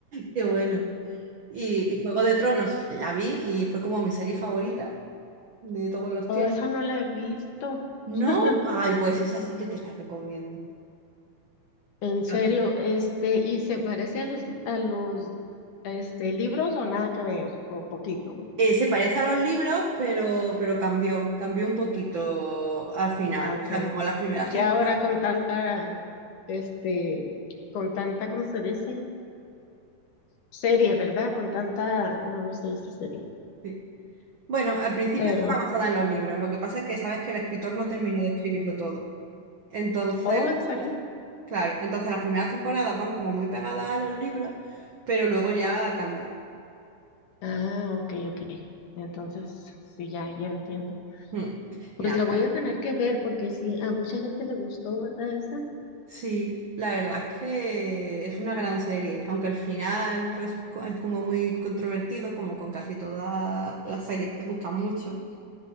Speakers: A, on the right; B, on the left.
A: qué bueno. Y, y Juego de Tronos la vi y fue como mi serie favorita de todos los
B: Oh,
A: tiempos.
B: esa no la he visto.
A: No,
B: <laughs>
A: ay, pues esa sí que te la recomiendo.
B: En serio,
A: También.
B: este, ¿y se parece a los, a los, este, libros o nada que ver? O poquito.
A: Eh, se parece a los libros, pero, pero cambió, cambió un poquito al final.
B: Ok.
A: O sea, como las primeras
B: Ya
A: temporadas.
B: ahora con tanta, este, con tanta, ¿cómo se dice? Serie, ¿verdad? Con tanta... No, no se dice serie.
A: sí. Bueno, al principio
B: Perdón.
A: estaba basada en los libros, lo que pasa es que sabes que el escritor no terminó de escribirlo todo. Entonces,
B: Oh, ¿en serio?
A: claro, entonces las primeras temporadas van como muy pegadas a los libros, pero luego ya cambia.
B: Ah, ok, ok. Entonces, sí, ya, ya entiendo.
A: Mm.
B: Pues
A: Y nada,
B: la
A: claro.
B: voy a tener que ver porque sí, a mucha gente le gustó, ¿verdad? Esa.
A: Sí, la verdad es que es una gran serie, aunque al final pues co- es como muy controvertido, como con casi todas las series que gustan mucho.